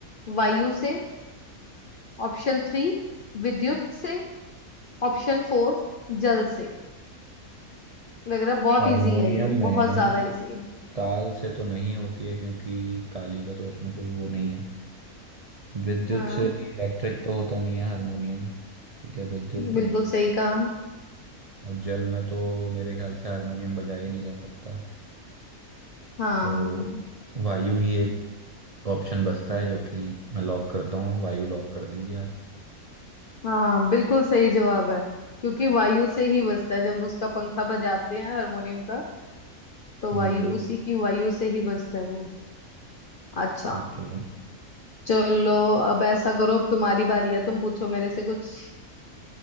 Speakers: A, on the left; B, on the right.
A: वायु से ऑप्शन थ्री विद्युत से ऑप्शन फोर जल से लग रहा है बहुत
B: हारमोनियम
A: इजी है ये
B: में
A: बहुत ज्यादा इजी है
B: ताल से तो नहीं होती है क्योंकि ताली का तो उसमें कोई वो नहीं है विद्युत
A: हाँ
B: से भी इलेक्ट्रिक तो होता नहीं है हारमोनियम ठीक है विद्युत भी
A: बिल्कुल
B: नहीं है
A: सही कहा
B: और जल में तो मेरे ख्याल से हारमोनियम बजाया ही नहीं जा सकता
A: हाँ
B: तो वायु ही एक ऑप्शन बचता है जो कि मैं लॉक करता हूँ वायु लॉक कर दीजिए आप
A: हाँ बिल्कुल सही जवाब है क्योंकि वायु से ही बजता है जब उसका पंखा बजाते हैं हारमोनियम का तो
B: हम्म
A: वायु उसी की वायु से ही बजता है वो अच्छा
B: ठीक है
A: चलो अब ऐसा करो अब तुम्हारी बारी है तुम पूछो मेरे से कुछ